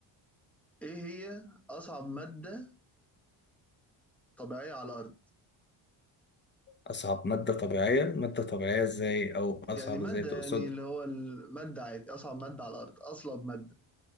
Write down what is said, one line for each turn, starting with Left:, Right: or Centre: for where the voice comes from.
Centre: ايه هي أصعب مادة طبيعية على الأرض
Left: أصعب مادة طبيعية مادة طبيعية إزاي أو أصعب
Centre: يعني مادة
Left: إزاي تقصد
Centre: يعني اللي هو المادة عادي أصعب مادة على الأرض أصلب مادة